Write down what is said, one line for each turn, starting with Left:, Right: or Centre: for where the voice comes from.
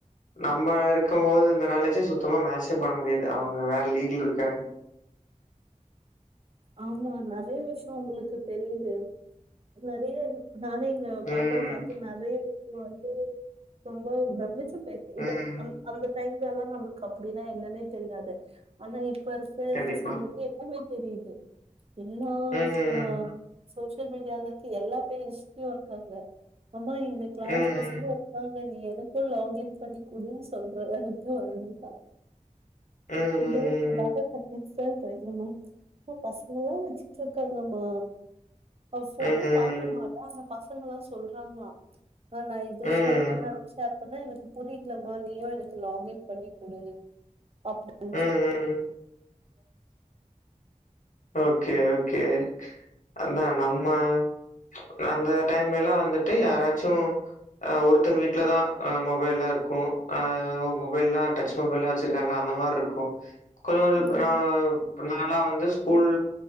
Left: நம்ம இருக்கம்மோது இந்த நாலஜே சுத்தமா மேட்சே பண்ண முடியாது அவுங்க வேற லீகில்ருக் காக
Right: ஆமா நெறைய விஷ்யோ அவுங்களுக்கு தெரியிது நெறைய நானே இங்க
Left: ம்.
Right: பாப்பவ் பாத்து நெறையவே வந்து ரொம்ப ப்ரம்மிச்சு அ
Left: ம்.
Right: இது அந் அந்த டைம் லேல்லா நம்ளுக்கு அப்படினா என்னனே தெரியாது ஆனா இப் பருக்க
Left: கண்டிப்பா.
Right: பசங்களுக்கு எல்லாமே தெரியுது எல்லாம்
Left: ம்.
Right: அஹ் சோசி சியல் மீடியால இருக்க எல்லா பேஜ்லையு இருக்காங்க அம்மா எங்க கிளாஸ்
Left: ம்.
Right: பசங்களு இருக்காங் நீ எனக்கு லாகின் பண்ணிகுடு சொல்ற அளவுக்கு வளந்துட்டா
Left: ம். ம்.
Right: இதோ <unintelligible> சார் <unintelligible> எ பசங்லெல்லா வச்சுட்டுருக்காங்கம்மா அவ ஃபோனே
Left: ம். ம்.
Right: பாக்க மாட்டா ஆன பசங் பசங்ளா சொல்றாங்ளா மா இத
Left: ம். ம்.
Right: ஷேர் பண்ற அத ஷேர் பண்றே அப்பனா எனக்கு புரியலம்மா நீயு எனக்கு லாகின் பண்ணி கொடு அப்டின்
Left: ம்.
Right: <inaudible> சொல் <inaudible> <inaudible>
Left: ம் ஓகே ஓகே அதா நம்ம ச்ச் அந்த டைம்ல எல்லா வந்துட்டு யாராச்சு அ ஒருத்தங்க வீட்லதா மொபைல்லா இருக்கு அ மொபைல்லா டச் மொபைல்ல வச்சிருக்காங்களா அந்த மாரிருக்கு கொஞ்சு கொஞ்ச
Right: ம்
Left: <unintelligible> நம்பளா வந்து ஸ்கூல்